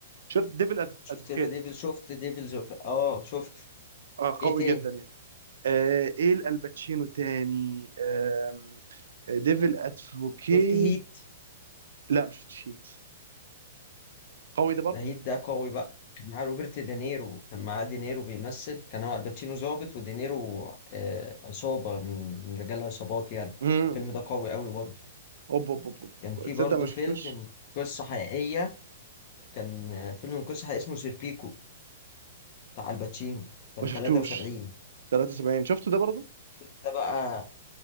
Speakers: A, on the right; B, on the left.
A: شفت ديفل
B: شفت
A: ادفوكيت
B: له ديفل شفت ديفل زوف اه شفت
A: اه قوي
B: ايه تاني
A: جدا يعني آه ايه الباتشينو تاني آم، آه ديفل ادفوكيت
B: شفت هيت
A: لا ما شفتش هيت قوي ده برضه
B: ده هيت ده قوي بقى كان معاه روبرت دينيرو كان معاه دينيرو بيمثل كان هو الباتشينو ضابط ودينيرو آه عصابه من من رجال عصابات يعني
A: امم
B: الفيلم ده قوي قوي برضه
A: اوب اوب اوب أوب،
B: كان
A: أوب.
B: في
A: تصدق
B: برضو
A: ما شفتوش
B: فيلم من قصة حقيقية كان آه، فيلم من قصة حقيقية اسمه سيربيكو بتاع الباتشينو كان
A: ما شفتوش
B: 73
A: 73 شفته ده برضه
B: الفيلم ده بقى